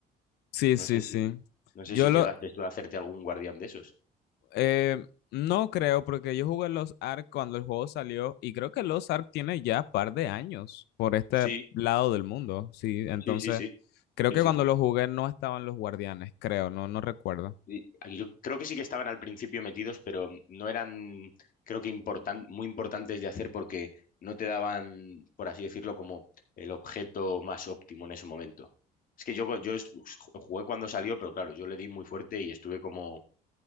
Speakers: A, on the left; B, on the left.
A: Sí, sí,
B: No sé
A: sí.
B: si, no
A: Yo
B: sé si
A: lo
B: llegaste tú a hacerte algún guardián de esos.
A: eh, no creo, porque yo jugué los Ark cuando el juego salió, y creo que los Ark tiene ya par de años por este
B: Sí,
A: lado del mundo. Sí, entonces
B: Sí, sí, sí.
A: creo
B: Sí,
A: que
B: sí,
A: cuando
B: sí.
A: lo jugué no estaban los guardianes, creo, no, no recuerdo.
B: Y aquí Yo creo que sí que estaban al principio metidos, pero no eran, creo que importan- muy importantes de hacer porque no te daban, por así decirlo, como el objeto más óptimo en ese momento. Es que yo, yo es- jugué cuando salió, pero claro, yo le di muy fuerte y estuve como